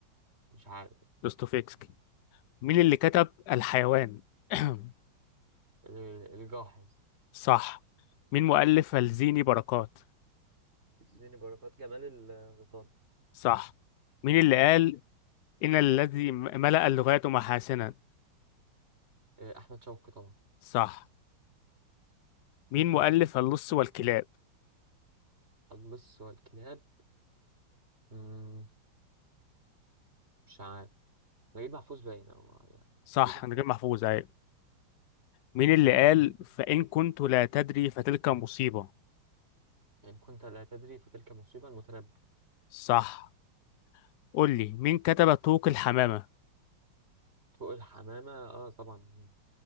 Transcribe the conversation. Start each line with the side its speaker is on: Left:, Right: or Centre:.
Right: مش عارف
Left: دوستويفسكي مين اللي كتب الحيوان <clears throat>
Right: ال- الجاحظ
Left: صح مين مؤلف الزيني بركات
Right: اديني بركات جمال الغيطان
Left: صح مين اللي قال إن الذي ملأ اللغات محاسنا
Right: آه أحمد شوقي طبعا
Left: صح مين مؤلف اللص والكلاب
Right: اللص والكلاب مم، مش عارف نجيب محفوظ باين أو يعني
Left: صح
Right: نجيب محفوظ
Left: نجيب محفوظ أيوة مين اللي قال فإن كنت لا تدري فتلك مصيبة
Right: إن كنت لا تدري فتلك مصيبة المتنبي
Left: صح قول لي مين كتب طوق الحمامة
Right: طوق الحمامة آه طبعا